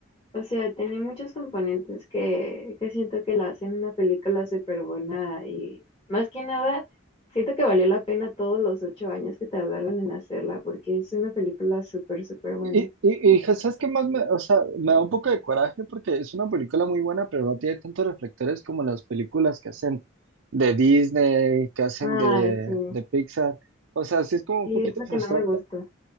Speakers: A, on the left; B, on the right.
A: o sea, tenía muchos componentes que, que siento que la hacen una película súper buena y más que nada, siento que valió la pena todos los ocho años que tardaron en hacerla, porque es una película súper, súper buena.
B: Y, y, y, pues, ¿sabes qué más me, o sea, me da un poco de coraje porque es una película muy buena, pero no tiene tantos reflectores como las películas que hacen de Disney, que hacen
A: Ay,
B: de,
A: sí.
B: de Pixar. O sea, sí es como un
A: Y
B: poquito
A: es lo
B: frustrante.
A: que no me gustó.